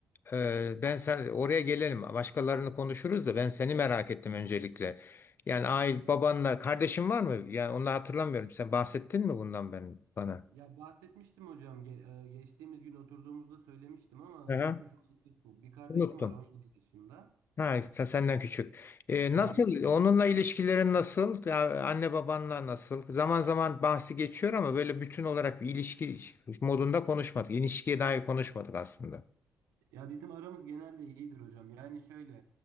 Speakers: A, on the left (about 45°); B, on the right (about 85°).
A: e, ben sen oraya gelelim. Başkalarını konuşuruz da ben seni merak ettim öncelikle. Yani aile babanla kardeşin var mı? Yani onu hatırlamıyorum. Sen bahsettin mi bundan ben bana?
B: Ya bahsetmiştim hocam ge- e, geçtiğimiz gün oturduğumuzda söylemiştim ama
A: Aha.
B: unutmuş olabilirsiniz. Bir kardeşim
A: Unuttum.
B: var 17 yaşında.
A: Ha, sen- senden küçük. Ee,
B: Evet.
A: nasıl? Onunla ilişkilerin nasıl? Ya, anne babanla nasıl? Zaman zaman bahsi geçiyor ama böyle bütün olarak bir ilişki modunda konuşmadık. İlişkiye dair konuşmadık aslında.
B: Ya bizim aramız genelde iyidir hocam. Yani şöyle